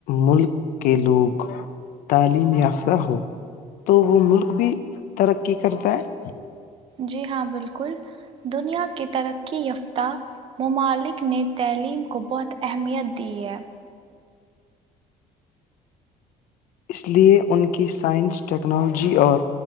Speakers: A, on the left; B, on the right.
A: ملک کے لوگ تعلیم یافتہ ہو تو وہ ملک بھی ترقی کرتا ہے
B: جی ہاں بالکل دنیا کے ترقی یافتہ ممالک نے تعلیم کو بہت اہمیت دی ہے
A: اس لیے ان کی سائنس ٹیکنالوجی اور